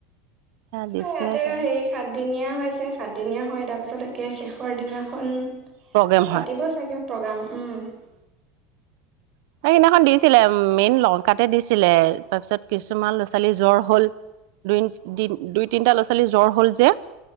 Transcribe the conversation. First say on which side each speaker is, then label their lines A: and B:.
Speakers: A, on the right; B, on the right.
A: সেয়া দিছে
B: তাতে
A: তাই
B: হেই সাতদিনীয়া হৈছে সাতদিনীয়া হয় তাৰ পিছত একে শেষৰ দিনাখন
A: প্ৰগ্ৰেম
B: কিয়
A: হয়
B: পাতিব চাগে প্ৰগ্ৰাম উম
A: ত সেইদিনাখন দিছিলে মেইন লংকাতে দিছিলে তাৰপিছত কিছুমান ল'ৰা ছোৱালীৰ জ্বৰ হল। দুই, দুই তিনটা ল'ৰা ছোৱালী জ্বৰ হ'ল যে